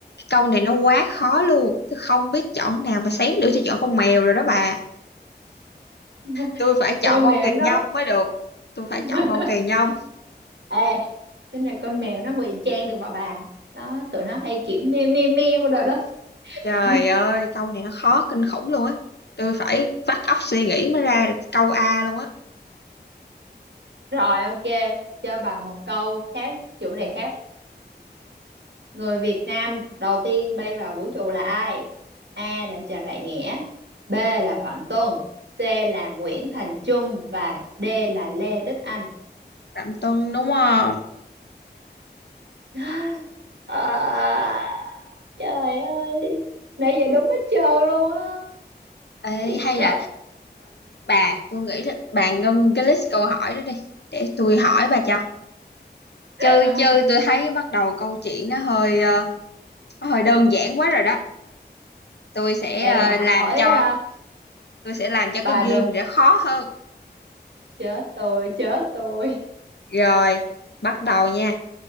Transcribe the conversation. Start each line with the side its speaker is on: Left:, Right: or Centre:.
Left: câu này nó quá khó luôn tôi không biết chọn nào mà xém nữa tôi chọn con mèo rồi đó bà
Right: <laughs>
Left: tôi phải chọn
Right: Con
Left: con
Right: mèo
Left: kỳ
Right: nó
Left: nhông mới được tôi phải
Right: <laughs>
Left: chọn con kỳ nhông
Right: Ê, cái này con mèo nó ngụy trang được mà bà. Nó tụi nó hay kiểu meo meo meo đồ đó. <laughs>
Left: trời
Right: Tụi nó-
Left: ơi câu này nó khó kinh khủng luôn á tôi phải vắt óc suy nghĩ mới ra được câu A luôn á
Right: Rồi ok, cho bà một câu khác chủ đề khác Người Việt Nam đầu tiên bay vào vũ trụ là ai? A là Trần Đại Nghĩa, B là Phạm Tuân, C là Nguyễn Thành Trung và D là Lê Đức Anh.
Left: Phạm Tuân đúng không
Right: <gasps> À, trời ơi, nãy giờ đúng hết trơn luôn á,
Left: Ê,
Right: thiệt
Left: hay
Right: sự.
Left: là bà tôi nghĩ là bà ngưng cái list câu hỏi đó đi để tôi hỏi bà cho
Right: <laughs>
Left: chơi chơi tôi thấy bắt đầu câu chuyện nó hơi ờ, nó hơi đơn giản quá rồi đó tôi sẽ
Right: Ê
Left: ờ,
Right: bà
Left: làm
Right: hỏi
Left: cho
Right: à,
Left: tôi sẽ làm cho
Right: bà
Left: cái
Right: đừng
Left: game này nó khó hơn
Right: chết tôi, chết tôi.
Left: Rồi, bắt đầu nha.